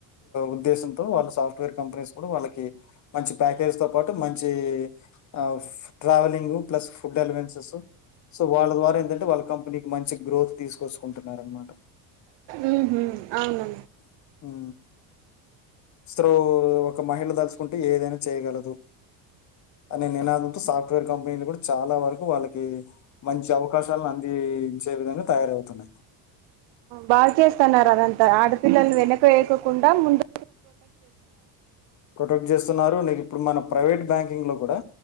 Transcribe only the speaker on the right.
ఉ హు అవును
బాగా చేస్తన్నారు అదంతా ఆడపిల్లలు వెనకకు వెయ్యకుండా ముందు